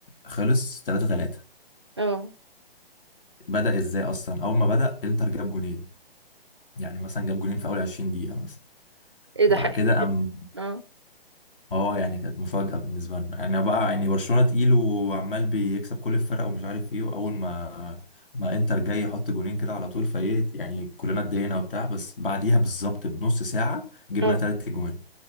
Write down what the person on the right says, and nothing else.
اه
ايه
ده حقيقي
اه
اه